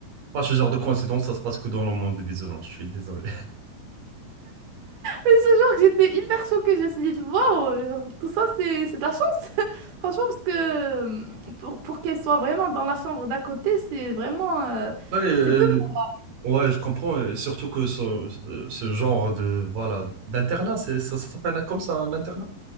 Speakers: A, on the right; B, on the right.
A: Moi, ce genre de coïncidence, ça se passe que dans le monde des bisounours, je suis désolé.
B: Mais c'est genre que j'étais hyper choquée. Je me suis dit, waouh, genre, tout ça, c'est c'est de la chance. <laughs> Franchement, parce que euh, pour, pour qu'elle soit vraiment dans la chambre d'à côté, c'est vraiment. euh,
A: Ouais, euh,
B: c'est peu. pro-
A: ouais, je comprends, et surtout que ce, euh, ce genre de voilà d'internat, c'est- ça, ça s'appelle comme ça, un internat?